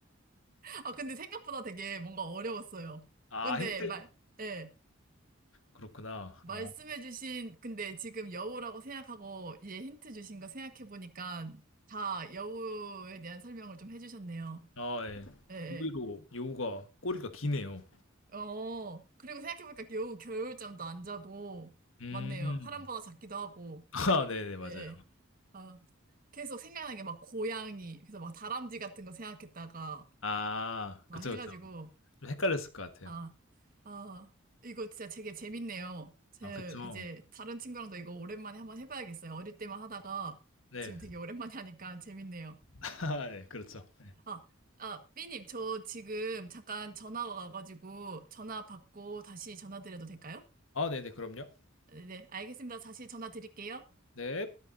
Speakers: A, on the right; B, on the left.
A: <laughs> 아, 근데 생각보다 되게 뭔가 어려웠어요.
B: 아,
A: 근데
B: 힌트.
A: 말, 예.
B: 그렇구나.
A: 말씀해주신,
B: 어.
A: 근데 지금 여우라고 생각하고 얘 힌트 주신 거 생각해보니까 다 여우에 대한 설명을 좀 해주셨네요.
B: 아, 예.
A: 예, 예.
B: 의외로 여우가 꼬리가 기네요.
A: 어, 그리고 생각해보니까 여우 겨울잠도 안 자고,
B: 음.
A: 맞네요. 사람보다 작기도
B: <laughs>
A: 하고,
B: 아, 네네, 맞아요.
A: 예, 예. 아, 계속 생각나는 게 막 고양이, 그래서 막 다람쥐 같은 거 생각했다가
B: 아,
A: 막
B: 그쵸,
A: 해가지고,
B: 그쵸. 좀 헷갈렸을 것 같아요.
A: 아, 아, 이거 진짜 되게 재밌네요. 제
B: 아 그쵸.
A: 이제 다른 친구랑도 이거 오랜만에 한번 해봐야겠어요. 어릴 때만 하다가
B: 네.
A: 지금 되게 오랜만에 하니까 재밌네요.
B: <laughs> 네 그렇죠. 네.
A: 아, 아, 삐님, 저 지금 잠깐 전화 와가지고 전화 받고 다시 전화 드려도 될까요?
B: 아 네네 그럼요.
A: 네, 네, 알겠습니다. 다시 전화 드릴게요.
B: 네.